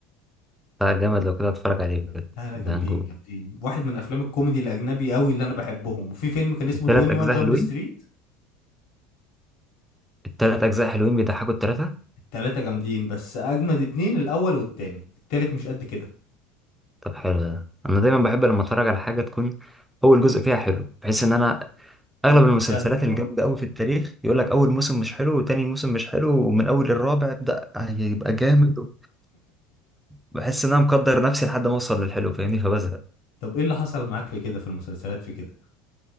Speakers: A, in the centre; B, on the left.
A: آه جامد لو كده اتفرج عليه بجد
B: لا لا
A: ده
B: جامدين
A: هنجو
B: جامدين واحد من افلام الكوميدي الاجنبي قوي اللي انا بحبهم وفي فيلم كان اسمه
A: ثلاث
B: 21
A: اجزاء
B: جامب
A: حلوين
B: ستريت
A: التلات أجزاء حلوين بيضحكوا التلاتة
B: التلاتة جامدين بس أجمد اتنين الأول والتاني التالت مش قد كده
A: طب حلو ده أنا دايما بحب لما أتفرج على حاجة تكون أول جزء فيها حلو بحيث إن أنا
B: تتشد
A: أغلب المسلسلات
B: اه
A: الجامدة أوي في التاريخ يقول لك أول موسم مش حلو وتاني موسم مش حلو ومن أول الرابع ابدأ هيبقى جامد بحس إن أنا مقدر نفسي لحد ما أوصل للحلو فاهمني فبزهق
B: طب ايه اللي حصل معاك في كده في المسلسلات في كده